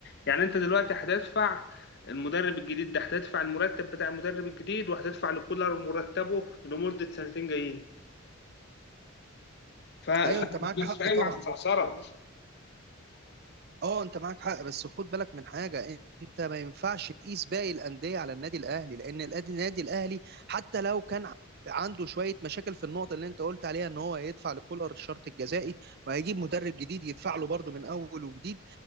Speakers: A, on the left; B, on the right.
A: يعني انت دلوقتي هتدفع المدرب الجديد ده هتدفع المرتب بتاع المدرب الجديد وهتدفع لكولر مرتبه لمدة سنتين جايين ف- فالناس
B: ايوه انت معاك حق
A: فاهم
B: طبعا
A: على السعسرة
B: اه انت معاك حق بس خد بالك من حاجه انت ما ينفعش تقيس باقي الانديه على النادي الاهلي لان الأد- النادي الاهلي حتى لو كان عنده شويه مشاكل في النقطه اللي انت قلت عليها ان هو هيدفع لكولر الشرط الجزائي وهيجيب مدرب جديد يدفع له برضه من اول وجديد